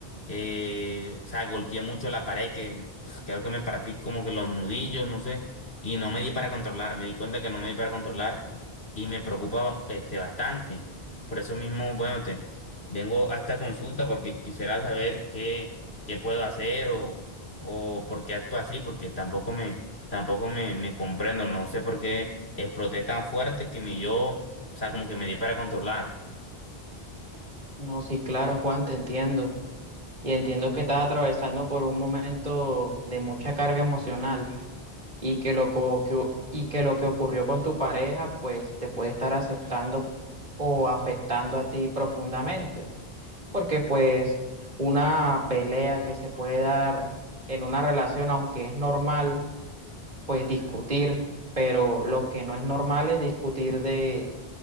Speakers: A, on the left; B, on the right.
A: eh, o sea, golpeé mucho la pared que pf, creo que me partí como que los nudillos, no sé, y no me di para controlar, me di cuenta que no me di para controlar y me preocupaba este, bastante. Por eso mismo, bueno, te vengo a esta consulta porque quisiera saber qué, qué puedo hacer o, o por qué actúo así, porque tampoco me, tampoco me, me comprendo, no sé por qué exploté tan fuerte que ni yo o sea, como que me di para controlar.
B: No, sí, claro, Juan, te entiendo. Y entiendo que estás atravesando por un momento de mucha carga emocional y que lo co- que, y que lo que ocurrió con tu pareja, pues te puede estar aceptando o afectando a ti profundamente. Porque pues una pelea que se puede dar en una relación, aunque es normal, pues discutir, pero lo que no es normal es discutir de,